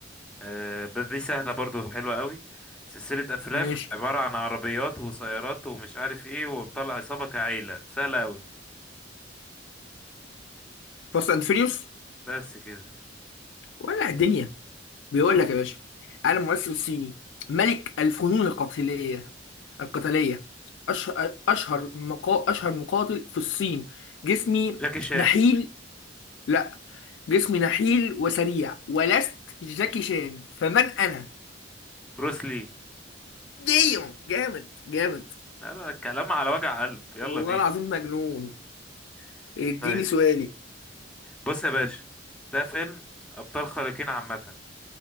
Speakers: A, in the centre; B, on the left (about 70°).
A: آه بس دي سهله برضو حلوه قوي سلسله افلام
B: ماشي
A: عباره عن عربيات وسيارات ومش عارف ايه وبطلع عصابه كعيله سهله قوي
B: فاست اند فيريوس
A: بس كده
B: ولع الدنيا بيقول لك يا باشا انا ممثل صيني ملك الفنون القتالية القتالية أشهر أشهر مقا... أشهر مقاتل في الصين جسمي
A: جاكي شان
B: نحيل لا جسمي نحيل وسريع ولست جاكي شان فمن أنا؟
A: بروس لي
B: ديم جامد جامد
A: لا لا الكلام على وجع قلب يلا
B: والله
A: بينا
B: العظيم مجنون اديني
A: طيب
B: سؤالي
A: بص يا باشا ده فيلم ابطال خارقين عامه